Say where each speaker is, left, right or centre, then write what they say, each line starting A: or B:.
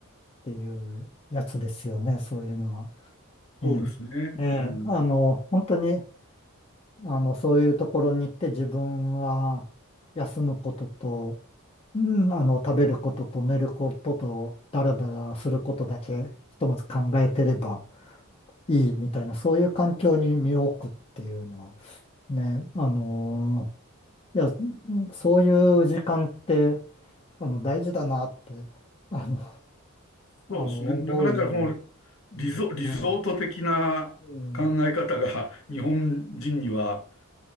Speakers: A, on the left; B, on the left.
A: ていうやつですよね、そういうのは。
B: そうですね。
A: ええ、ええあの、
B: うん、
A: 本当に、あの、そういうところに行って自分は休むことと、うん、あの、食べることと寝ることと、だらだらすることだけ、ひとまず考えてればいいみたいな、そういう環境に身を置くっていうのは、ね、あのーいや、そういう時間って、あの、大事だなって、あの、あの、
B: そうですね。なかなかこの
A: 思うように、うんね、
B: リゾ、リゾート的な考え方が
A: うん、
B: <laughs> 日本人には